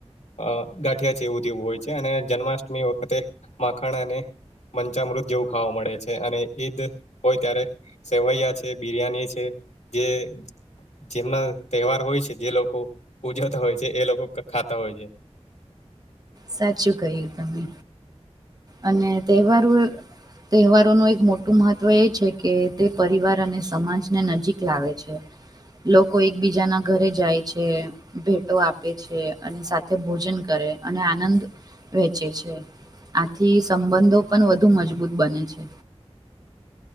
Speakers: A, on the left; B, on the right.
A: અ ગાંઠિયા છે એવું જેવું હોય છે અને જન્માષ્ટમી વખતે માખાણા અને પંચામૃત જેવું ખાવા મળે છે અને ઈદ હોય ત્યારે સેવૈયા છે બિરિયાની છે જે જેમના તહેવાર હોય છે જે લોકો ઉજવતા હોય છે એ લોકો ખાતા હોય છે
B: સાચું ક્યું તમે અને તહેવાર તહેવારો નો એક મોટું મહત્વ એ છે કે તે પરિવાર અને સમાજને નજીક લાવે છે લોકો એકબીજા ના ઘરે જાય છે ભેટો આપે છે અને સાથે ભોજન કરે અને આનંદ વહેચે છે આથી સંબંધો પણ વધુ મજબૂત બને છે